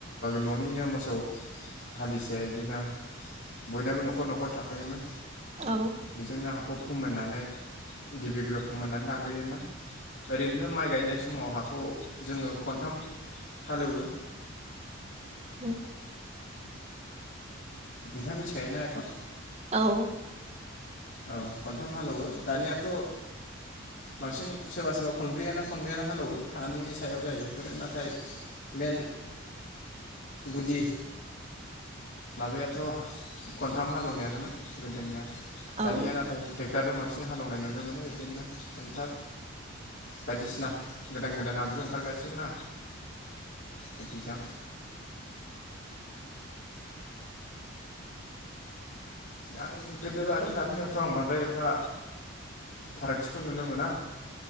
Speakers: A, on the left (about 60°); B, on the right (about 30°).
A: न'निनो मोसौ हालिसे इदिनो बयनाबो न'खर न'खर थाखायोमोन।
B: औ
A: बेजोंनो हाखौ फोमोननानै गिबि ग्रोब फोमोननानै लाग्रोयोमोन ओरैनोथ' माइ गायनाय समाव हाखौ जोङो खनथाम हालेवो
B: औ
A: नोंथाङा मिथिखायो ना एखो?
B: औ
A: औ खनथाम हालेवो दानियाथ' बांसिन सोरबा सोरबा खनब्रैयानो खनबायानो हालावो हानि सायाव जायो बेफोरो ना नाथाय मेन गुदि माबायाथ' खनथाम हालेवनायानोमोन गोदोनिया दानिया
B: औ
A: नाथाय टेग ट्रेक्टर बांसिन हालेवनाय नुनो मोनो बिदिनो ट्रेेनटार बायदिसिना गोदान गोदान आगजु ओंखारगासिनो ना बिदिजों आं गोदो आरो दानियावथ' आं बांद्राय एफा फारागथिखौ नुनो मोना।